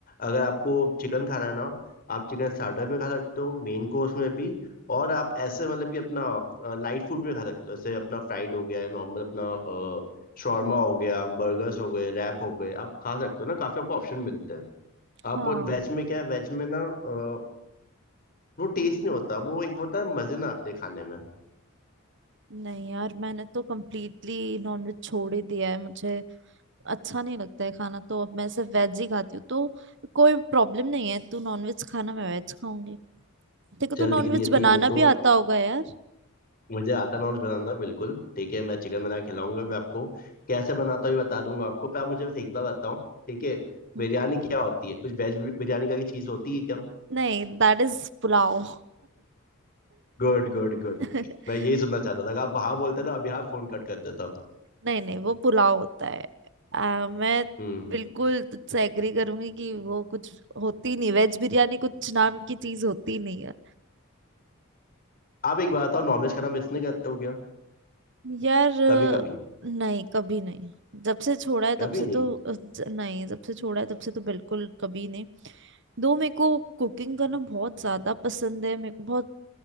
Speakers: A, on the left (about 45°); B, on the right (about 60°).
A: अगर आपको चिकन खाना है ना आप चिकन स्टार्टर में खा सकते हो मेन कोर्स में भी और आप ऐसे मतलब कि अपना लाइट फूड में खा सकते हो जैसे अपना फ्राइड हो गया नॉर्मल अपना अ, शॉर्मा
B: हम्म,
A: हो गया बर्गर्स हो गए रैप हो गए आप खा सकते हो ना काफी आपको ऑप्शन मिलते हैं आप
B: हाँ
A: वो वेज में क्या है वेज में ना अ, वो टेस्ट नहीं होता वो एक वो होता है मजे ना आते खाने में
B: नहीं यार मैंने तो कम्प्लीटली नॉनवेज छोड़ ही दिया है मुझे अच्छा नहीं लगता है खाना तो अब मैं सिर्फ वेज ही खाती हूँ तो कोई प्रॉब्लम नहीं है तू नॉनवेज खाना मैं वेज खाऊंगी देखो तो
A: चल
B: नॉनवेज
A: ठीक है ये थी-
B: बनाना
A: ये तो
B: भी आता होगा यार
A: मुझे आता नॉन्स बनाना बिल्कुल ठीक है मैं चिकन बना के खिलाऊंगा भी आपको कैसे बनाता हूँ ये बता दूंगा आपको पर आप मुझे बस एक बार बताओ ठीक है
B: हम्म,
A: बिरयानी क्या होती है कुछ वेज बिरयानी का चीज होती है क्या
B: नहीं दैट इज पुलाव
A: Good good good
B: <laughs>
A: मैं यही सुनना चाहता था कि आप हाँ बोलते ना अभी हाँ फोन कट कर देता हूँ
B: नहीं नहीं वो पुलाव होता है आ, मैं
A: हम्म
B: बिल्कुल तुझसे एग्री करूंगी कि वो कुछ होती नहीं वेज बिरयानी कुछ नाम की चीज होती नहीं है
A: आप एक बात बताओ नॉनवेज खाना मिस नहीं करते हो क्या
B: यार
A: कभी कभी
B: नहीं कभी नहीं जब से छोड़ा है तब
A: कभी
B: से
A: नहीं
B: तो अ, ज- नहीं जब से छोड़ा है तब से तो बिल्कुल कभी नहीं दो मेरे को कुकिंग करना बहुत ज्यादा पसंद है मेरे को बहुत